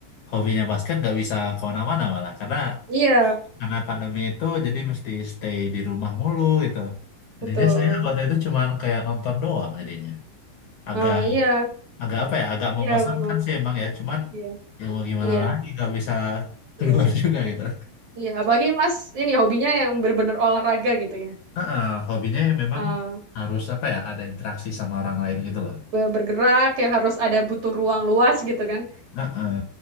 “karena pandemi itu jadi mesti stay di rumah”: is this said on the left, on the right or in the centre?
Left